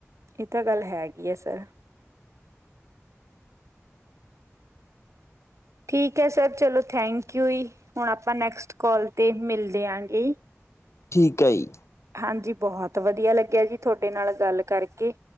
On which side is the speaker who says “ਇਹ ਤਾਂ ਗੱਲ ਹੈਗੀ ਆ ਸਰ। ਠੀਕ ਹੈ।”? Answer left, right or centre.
Right